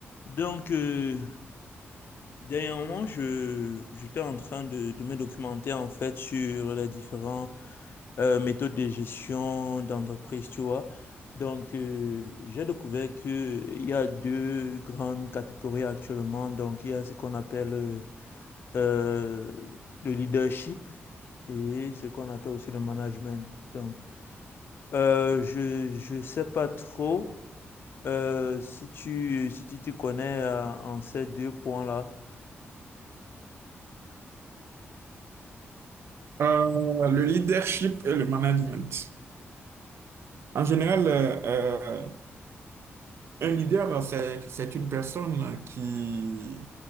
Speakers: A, on the left (about 55°); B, on the right (about 65°).
A: Donc, euh, dernièrement, je, j'étais en train de, de me documenter en fait sur les différentes euh, méthodes de gestion d'entreprise, tu vois. Donc, euh, j'ai découvert qu'il y a deux grandes catégories actuellement. Donc, il y a ce qu'on appelle euh, euh, le leadership et ce qu'on appelle aussi le management. Donc, euh, je, je sais pas trop euh, si tu, si tu te connais euh, en ces deux points-là.
B: Euh, le leadership et le management. En général, euh, euh, un leader, c'est, c'est une personne qui,